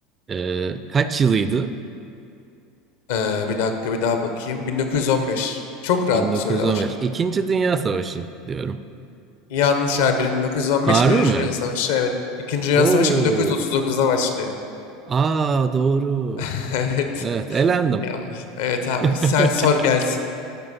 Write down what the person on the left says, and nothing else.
Ee, bir dakika bir daha bakayım. 1915. Çok rahat
bir soruyla başladı.
Yanlış abi. 1915
Birinci
Dünya Savaşı. Evet. İkinci Dünya
Savaşı 1939'da başlıyor.
<laughs> Evet.
Yanlış. Evet abi. Sen
sor gelsin.